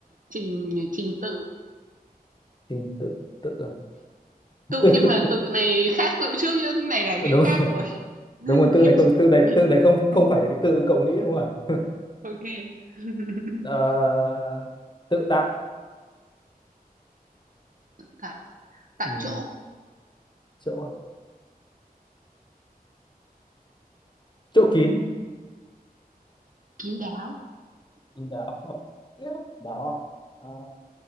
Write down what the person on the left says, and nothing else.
trình tự tự à?
<laughs>
tự đúng
đúng rồi tự này không
tự
này
tự này không
không phải là cái tự cậu nghĩ đúng không ạ
Ờ, tự tại
ừ,
chỗ chỗ kín
đáo đáo à? Ờ,